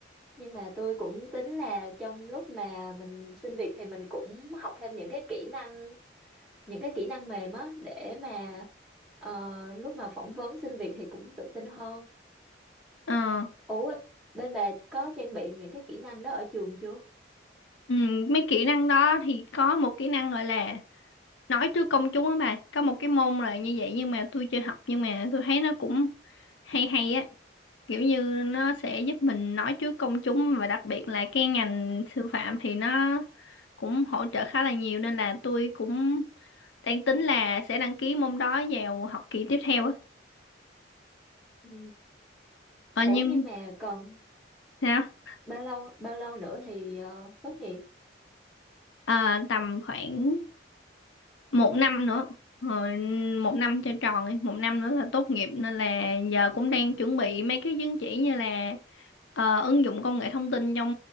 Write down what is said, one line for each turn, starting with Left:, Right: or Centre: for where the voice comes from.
Centre: nhưng mà tôi cũng tính là trong lúc mà mình xin việc thì mình cũng học thêm những cái kỹ năng những cái kỹ năng mềm á để mà ờ, lúc mà phỏng vấn xin việc thì cũng tự tin hơn.
Left: ờ,
Centre: Ủa bên bà có trang bị những cái kỹ năng đó ở trường chưa?
Left: ừm, mấy kỹ năng đó thì có một kỹ năng gọi là nói trước công chúng á bà có một cái môn là như vậy nhưng mà tôi chưa học nhưng mà tôi thấy nó cũng hay hay á kiểu như nó sẽ giúp mình nói trước công chúng và đặc biệt là cái ngành sư phạm thì nó cũng hỗ trợ khá là nhiều nên là tôi cũng đang tính là sẽ đăng ký môn đó vào học kỳ tiếp theo á
Centre: Ừ.
Left: ờ,
Centre: Ủa
Left: nhưng
Centre: nhưng mà còn
Left: sao
Centre: bao lâu bao lâu nữa thì ờ, tốt nghiệp?
Left: Ờ, tầm khoảng một năm nữa rồi một năm cho tròn đi một năm nữa là tốt nghiệp nên là giờ cũng đang chuẩn bị mấy cái chứng chỉ như là ờ, ứng dụng công nghệ thông tin trong